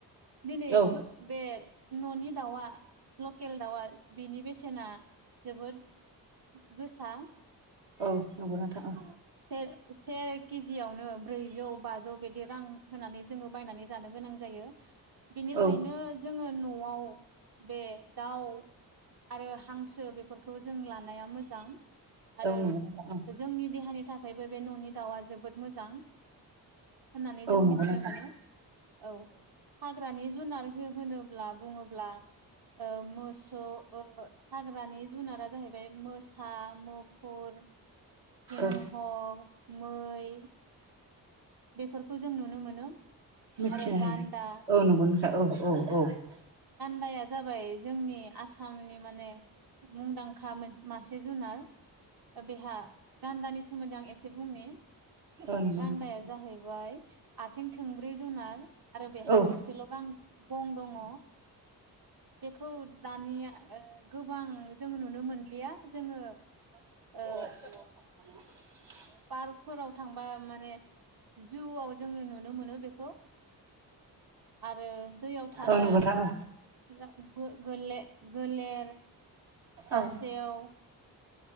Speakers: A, on the right (about 55°); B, on the right (about 70°).
A: दिनै
B: औ
A: गो बे न'नि दाउआ लकेल दाउआ बेनि बेसेना जोबोद गोसा
B: औ नोंगौ नोंथां ओं।
A: सेर से केजियावनो ब्रैजौ-बाजौ बिदि रां होनानै जोङो बायनानै जानो गोनां जायो। बेनिखायनो
B: औ
A: जोङो न'आव बे दाउ आरो हांसो बेफोरखौ जों लानाया मोजां। आरो
B: नंगौ नोंथां औ
A: जोंनि देहानि थाखायबो बे न'नि दाउआ जोबोद मोजां होननानै जों
B: औ
A: मिथिनो
B: नंगौ नोंथां
A: मोनो। औ हाग्रानि जुनार हो-होनोब्ला बुङोब्ला ओ मोसौ ओ हाग्रानि जुनारा जाहैबाय मोसा, मुफुर सिंह,
B: औ
A: मै बेफोरखौ जों नुनो मोनो
B: मिथिनो
A: आरो
B: हायो
A: गान्दा
B: औ नंगौ नोंथां औ औ औ
A: गान्दाया जाबाय जोंनि आसामनि माने मुंदांखा मोनसे मा से जुनार ओ बेहा गान्दानि सोमोन्दै आं एसे बुंनि।
B: औ नंगौ
A: गान्दाया
B: नोंथां
A: जाहैबाय आथिं थोंब्रै जुनार आरो बेहा
B: औ
A: थसेल' गां गं दङ। बेखौ दानिया ओ गोबां जों नुनो मोनलिया। जोङो
B: <unintelligible>
A: ओ पार्कफोराव थांबा माने जुआव जोङो नुनो मोनो बेखौ। <inaudible> आरो दैयाव थाग्रा
B: औ नंगौ नोंथां औ
A: गा गो-गोले-गोलेर, खासेव,
B: औ